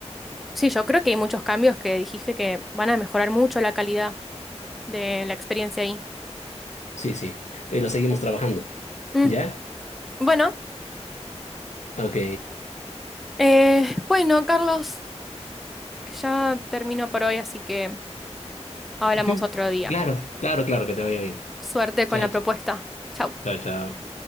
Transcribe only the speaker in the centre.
sí, yo creo que hay muchos cambios que dijiste que van a mejorar mucho la calidad de la experiencia ahí.
Mm,
bueno,
eh, bueno, Carlos, ya termino por hoy, así que hablamos
otro día.
Suerte con
la propuesta.
Chau.